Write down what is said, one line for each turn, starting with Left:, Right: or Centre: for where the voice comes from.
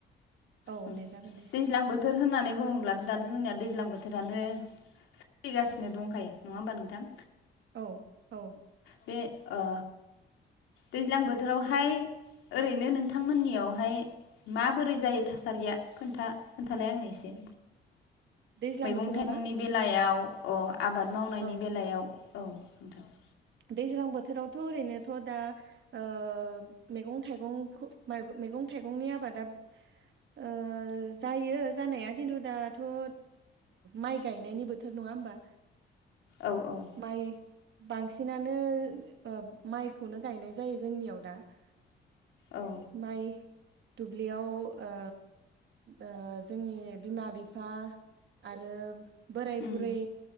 Right: औ
Left: ओ
Right: दे जागोन दे
Left: दैज्लां बो थोर होननानै बुङोब्ला दाथ' जोंनिया दैज्लां बोथोरानो सो लिगासिनो दंखायो नङा होमबा नोंथां?
Right: औ औ।
Left: बे ओ दैज्लां बोथोरावहाय ओरैनो नोंथांमोननियावहाय माबोरै जायो थासारिया खोनथा खोन्थालाय आंनो एसे।
Right: दैज्लां
Left: मैगं
Right: बोथोराव
Left: थाइगंनि
Right: ना
Left: बेलायाव अ आबाद मावनायनि
Right: औ
Left: बेलायाव औ <unintelligible>
Right: दैज्लां बोथोरावथ' ओरैनोथ' दा ओ मेगं थायगंखु <unintelligible> मेगं थायगंनि आबादा ओ जायो जानाया खेन्थु दाथ' ओ माइ गायनायनि बो थोर नङा होमबा?
Left: औ औ।
Right: माइ बांसिनानो ओ माइखौनो गायनाय जायो जोंनियाव दा। <inaudible>
Left: औ।
Right: माइ दुब्लियाव ओ ओ जोंनि बिमा बिफा आरो बोराय
Left: उम
Right: बुरै